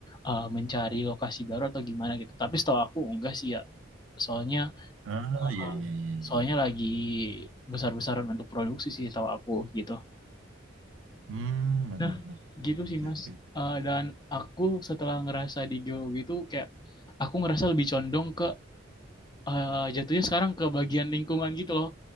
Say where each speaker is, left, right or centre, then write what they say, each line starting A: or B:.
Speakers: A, on the left; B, on the right.
A: eh, mencari lokasi baru atau gimana gitu. Tapi setahu aku enggak sih ya, soalnya
B: ah,
A: eh,
B: iya, iya, iya. iya.
A: soalnya lagi besar-besaran untuk produksi sih setahu aku gitu.
B: Hmm, benar,
A: Nah,
B: benar.
A: gitu sih
B: Oke,
A: Mas.
B: oke.
A: Eh, dan aku setelah ngerasa di geologi itu kayak aku ngerasa lebih condong ke eh, jatuhnya sekarang ke bagian lingkungan gitu loh.